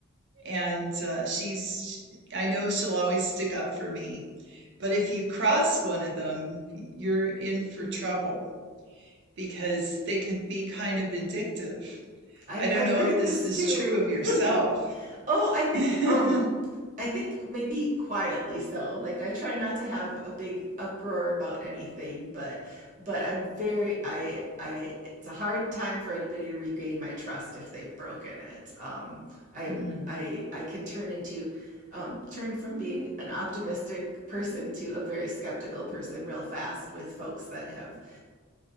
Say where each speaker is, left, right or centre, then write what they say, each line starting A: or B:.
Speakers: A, on the right (about 55°); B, on the right (about 35°).
A: and uh, she's I know she'll always stick up for me. But if you cross one of them, you're in for trouble because they could be kind of vindictive.
B: I've
A: I don't
B: I've
A: know
B: heard
A: if this
B: this
A: is
B: too.
A: true of yourself.
B: <laughs> oh, I think
A: <laughs>
B: um I think maybe quietly so. Like I try not to have a big uproar about anything, but but I'm very I I it's a hard time for anybody to regain my trust if they've broken it. Um I'm
A: hmm
B: I I can turn into um, turn from being an optimistic person to a very skeptical person real fast with folks that have